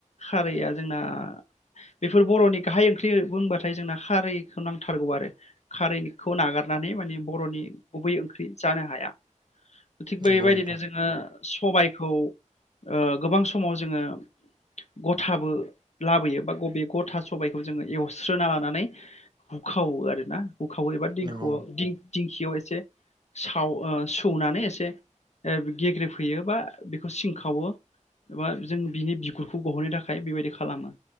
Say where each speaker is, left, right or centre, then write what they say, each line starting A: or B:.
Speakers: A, on the left; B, on the right.
A: खारैया जोंना बेफोर बर'नि गाहाय ओंख्रि बुंबाथाय जोंना खारैखौ नांथारगौ आरो खारैखौ नागारनानै माने बर'नि गुबै ओंख्रि जानो हाया थिग
B: नंगौ
A: बेबायदिनो
B: नोंथां
A: जोङो सबायखौ ओ गोबां समाव जोङो गथाबो लाबोयो बा बबे गथा सबायखौ जोङो एवस्रोना लानानै हुखावो आरो ना हुखावो एबा दिंखौआव
B: नंगौ
A: दिं- दिंखियाव एसे साव ओ सौनानै एसे ओ गेग्रेबहैयो बा बेखौ सिं खावो एबा जों बिनि बिगुरखौ गहोनो थाखाय बेबायदि खालामो